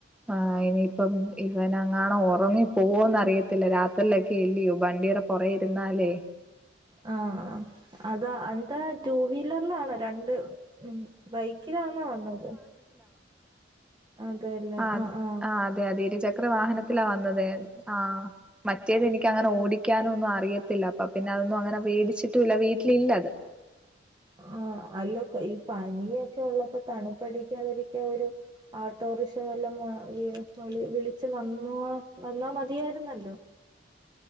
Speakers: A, in the centre; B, on the right.
A: ആ ഇനിയിപ്പം ഇവൻ അങ്ങാണ ഒ റങ്ങി പോവോന്നറിയത്തില്ല രാത്രിലക്കെ എ ല്ലയോ ബണ്ടിയടെ പുറയിരുന്നാലേ
B: ആ ആ അതാ എന്താ ടു വീലറിലാണോ രണ്ട് മ് ബൈക്കിലാണോ വന്നത് അതെല്ലേ
A: ആ
B: ആഹ് ആഹ്
A: ആ അതെ അതെ ഇരു ച ക്ര വാഹനത്തിലാ വന്നത് ആ മറ്റേത് എനിക്കങ്ങനെ ഓടിക്കാന ഒന്നും അറിയ ത്തില്ല അപ്പ പിന്നെ അതൊന്നും അങ്ങനെ വേടിച്ചിട്ടുല്ല വീട്ടിലില്ലത്
B: ആ അല്ല ഈ പനിയൊക്കെ ഉള്ളപ്പോ തണുപ്പടിക്കാതിരിക്ക ഒരു ആട്ടോ റിശവല്ലോം വ വി വിളിച്ചു വന്നോ വന്നാ മതിയായിരുന്നല്ലോ